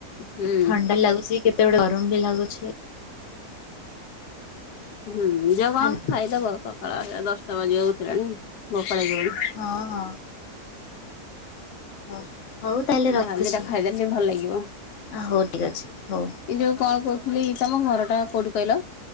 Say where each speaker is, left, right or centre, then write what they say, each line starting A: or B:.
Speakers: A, on the left (about 85°); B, on the left (about 60°).
A: ହୁଁ।
B: ଥଣ୍ଡା ଲାଗୁଛି କେତେବେଳେେ ଗରମ ବି ଲାଗୁଛି
A: ହୁଁ ଯଅ କଣ
B: ହେଲା
A: ଖାଇଦବ ସକାଳ ଦଶଟା ବାଜିବାକୁ ବସିଲାଣି ଭୋକଲାଗିବଣି।
B: ହଁ ହଁ। ହଉ, ହଉ ତାହେଲେ ରଖୁଛି,
A: ଯାହା ଦିଟା ଖାଇଦେଲେ ଟିକେ ଭଲ ଲାଗିବ
B: ହଉ ଠିକ୍ ଅଛି ହଉ।
A: ଏଇ ଯୋଉ କଣ କହୁଥିଲି ତମ ଘରଟା କୋଉଠି କହିଲ?